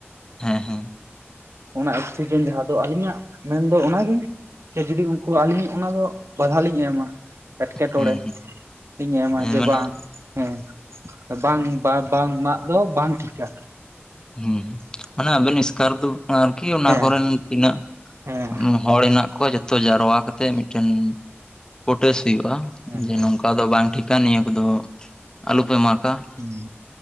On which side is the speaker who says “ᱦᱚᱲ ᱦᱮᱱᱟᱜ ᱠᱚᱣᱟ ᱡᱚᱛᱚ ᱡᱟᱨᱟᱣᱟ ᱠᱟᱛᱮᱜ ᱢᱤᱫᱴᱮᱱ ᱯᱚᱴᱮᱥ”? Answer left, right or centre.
Left